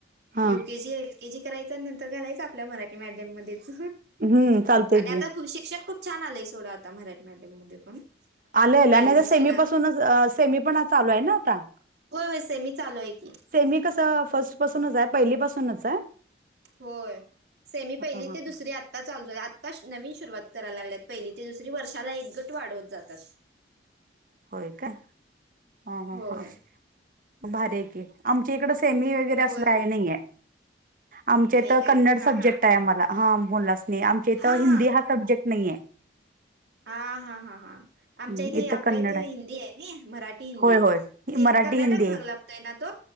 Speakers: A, on the right; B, on the right.
A: हा
B: युकेजी एल केजी. कराच नंतर घालायच आपल्या मराठी मम मच
A: हम्म चालतंय
B: आणि आ
A: की
B: शिक्षण खूप. छान आलंय सोडा आता मराठी मॅडम मध्ये पण
A: आलंय
B: पहिली
A: आणि
B: दुसरीला
A: आ सेमी पासूनच सेमी पण चालू आहे ना आता.
B: होय होय सेमी चालू आहे की
A: सेमी कस फर्ट पासूनच आहे पहिली पासूनच आहे.
B: होय सेमी पहिली
A: हा हा
B: ते दुसरी
A: हा.
B: आत्ता चालू आत्ता नवीन सुरुवात. करायला लागल्यात पहिली ते दुसरी वर्षाला एक गट वाढवत जातात.
A: होय का ह
B: होय
A: भारी आमच्या इकडे. सेमी वगैरे असलं
B: होय होय
A: आहे नाहीे. आमच्या इथ
B: नाही काय
A: कन्नड
B: हां
A: सब्जेक्ट
B: हां
A: आहे आम्हाला हा बोलला. नाही आमच्या इथं
B: हां
A: हिंदी हा सब्जेक्ट नाहीे.
B: हा हा हा हा आमच्या
A: हम्म,
B: इथे.
A: इथं
B: आपल्या
A: कन्नड
B: इथ हिंदी आहे ना मराठी हिंदी
A: होय होय
B: ते
A: मराठी
B: कर्नाटक
A: हिंदी आहे
B: भाग लागतोय ना तो.